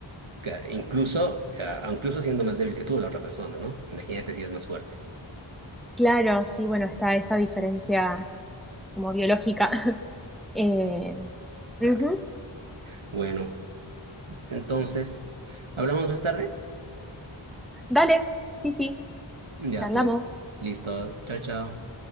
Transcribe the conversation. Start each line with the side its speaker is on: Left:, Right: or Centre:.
Right: claro, incluso, ah, incluso siendo más débil que tú la otra persona, ¿no? Imagínate si es más fuerte.
Centre: Claro, sí, bueno, está esa diferencia como biológica. <laughs> Eh,
Right: Claro.
Centre: ujú.
Right: Bueno, entonces, ¿hablamos más tarde?
Centre: Dale, sí, sí,
Right: Ya
Centre: charlamos.
Right: pues, listo. Chao, chao.